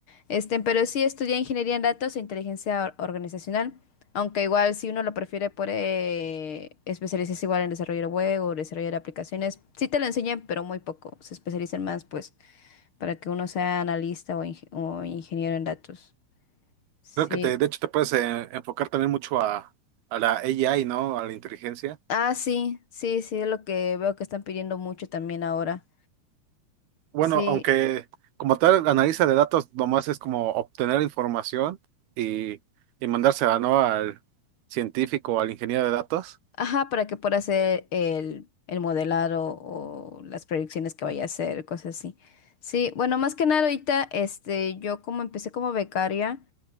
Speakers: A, on the left (about 45°); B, on the right (about 75°).
A: Este, pero sí estudia ingeniería en datos e inteligencia or- organizacional. Aunque igual si uno lo prefiere puede especializarse igual en desarrollo de web o desarrollo de aplicaciones. Sí te lo enseñan, pero muy poco. Se especializan más, pues, para que uno sea analista o, inge- o ingeniero en datos. Sí.
B: Creo que te, de hecho te puedes eh, enfocar también mucho a, a la AI, ¿no? A la inteligencia.
A: Ah, sí, sí, sí, es lo que veo que están pidiendo mucho también ahora.
B: Bueno,
A: Sí,
B: aunque como tal, analista de datos nomás es como obtener información y, y mandársela, ¿no? Al científico o al ingeniero de datos.
A: ajá, para que pueda hacer el, el modelado o las predicciones que vaya a hacer, cosas así. Sí, bueno, más que nada ahorita, este, yo como empecé como becaria,